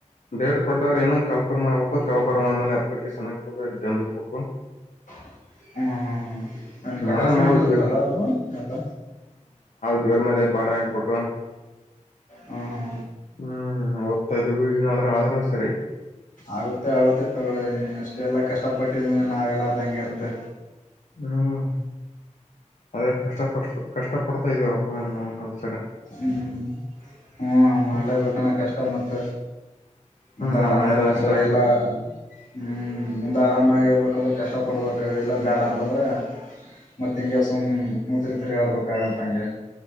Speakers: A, on the left; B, on the left.
A: ಡೇಟ್ ಕೊಟ್ಟವ್ರ ನ ಕಲ್ಫರ್ಮ್ ಆಗ್ಬೇಕು ಕಲ್ಫರ್ ಫ್ಮ್ ಆದಮೇಲೆ ಅಪ್ಲಿಕೇಶನ್ ಆಗಬೇಕು ಎಕ್ಸಾಮ್ ಇರಬೇಕು
B: <inaudible> ಹ್ಮ ಹ್ಮ್ ಹ್ಮ್ ಏ ಕಟ
A: ನೋಡೋಣ
B: ಆಫನ್ದ್ರ
A: ನಾವು
B: ತಲಾ ಅದು ಎಲ್ಲ
A: ದೇವರ್ ಮೇ ಭಾರ ಹಾಕ್ಬಿಟ್ಟು
B: ಹ್ಮ ಹ್ಮ
A: ಹ್ಮ್ ಓದ್ತಾ ಇದ್ವಿ ಏನಾದ್ರೂ ಆದ್ರೂ ಸರಿ
B: ಆಗುತ್ತೆ ಆಗುತ್ತೆ ತ ಅಷ್ಟೆಲ್ಲ ಕಷ್ಟಪಟ್ಟಿದ ಮೇನು ಆಗಲಾರ್ದ ಹೆಂಗಿರುತ್ತೆ
A: ಹ್ಮ್ ಅದೇ ಕಷ್ಟ ಪ ಕಷ್ಟ ಪಡ್ತಾ ಇದೀವಿ ಒಬ್ಬ ನ
B: ಹ್ಮ್ ಹ್ಮ ಮಾಡಲೇಬೇಕಣ
A: ಹ್ಮ್
B: ಕಷ್ಟ ಮತ್ತ ಮುಂದೆ
A: ನಮ್ಮ
B: ಆರಾಮ
A: ಮನೆಯವ್ರ
B: ಇರ್ಬೇಕಂದ್ರೆ
A: ಆಸೆ ಹ್ಮ್
B: ಎಲ್ಲಾ ಹ್ಮ್ ಮುಂದೆ ಆರಾಮ ಆಾಗಿರ್ಬೇಕಂದ್ರೆ ಕಷ್ಟಪಡ್ಬೇಕು ಇಲ್ಲ ಬ್ಯಾಡ ಅಂತಂದ್ರರೆ ಮತ್ತತ್ ಹಿಂಗೆ ಸುಮ್ ಮುದ್ರ ತಿರಿ ಆಡ್ಬೇಕ ಆಾಗತ್ತ ಹಂಗೆ